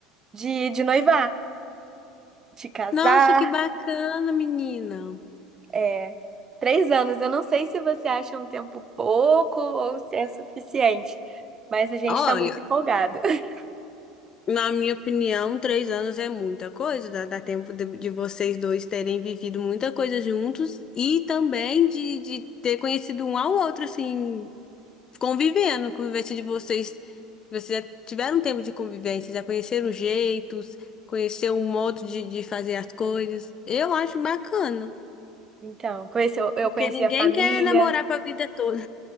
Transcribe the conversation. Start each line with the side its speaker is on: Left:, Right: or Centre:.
Right: de, de noivar, de casar.
Left: Nossa, que bacana, menina.
Right: É, três anos, eu não sei se você acha um tempo pouco ou se é suficiente, mas a gente
Left: Olha,
Right: tá muito empolgado. <laughs>
Left: na minha opinião, três anos é muita coisa. Dá, dá tempo de, de vocês dois terem vivido muita coisa juntos e também de, de ter conhecido um ao outro, assim, convivendo, convivência de vocês. Vocês já tiveram tempo de convivência, já conheceram jeitos, conheceram um modo de, de fazer as coisas. Eu acho bacana,
Right: Então, conheceu, eu
Left: porque
Right: conheci
Left: ninguém
Right: a família,
Left: quer namorar pra vida toda.